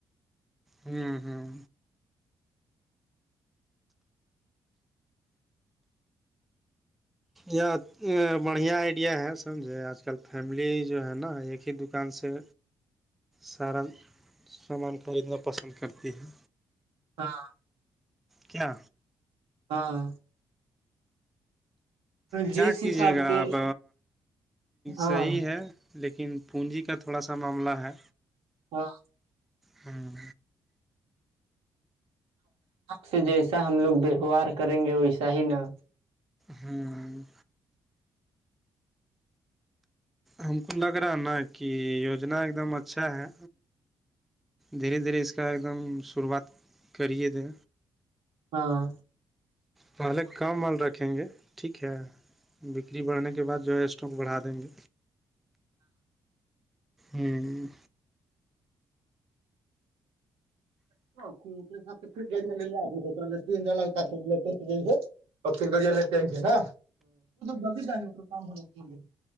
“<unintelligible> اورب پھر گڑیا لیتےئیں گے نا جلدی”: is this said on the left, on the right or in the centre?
Right